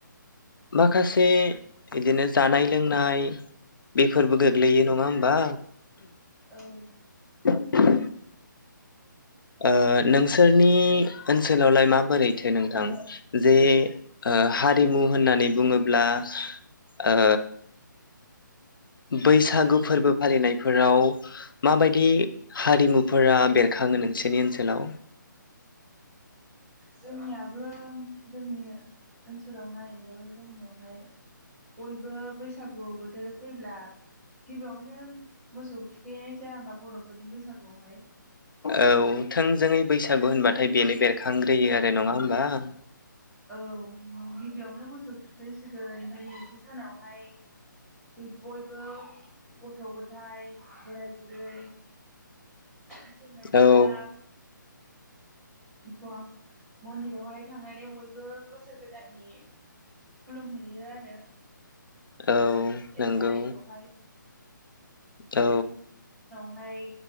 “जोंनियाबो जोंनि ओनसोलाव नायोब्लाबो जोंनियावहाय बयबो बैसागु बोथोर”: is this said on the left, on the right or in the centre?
Centre